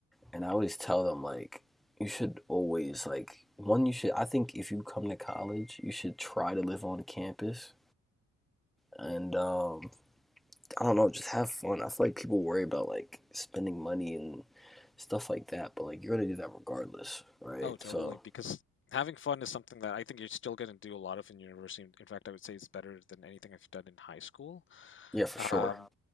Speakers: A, in the centre; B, on the left.
A: and I always tell them like you should always like one you should I think if you come to college, you should try to live on campus and um I don't know, just have fun. I feel like people worry about like spending money and stuff like that, but like you're gonna do that regardless, right?
B: Oh, totally.
A: So,
B: Because having fun is something that I think you're still going to do a lot of in university. In in fact, I would say it's better than anything I've done in high school.
A: yeah, for
B: Um,
A: sure.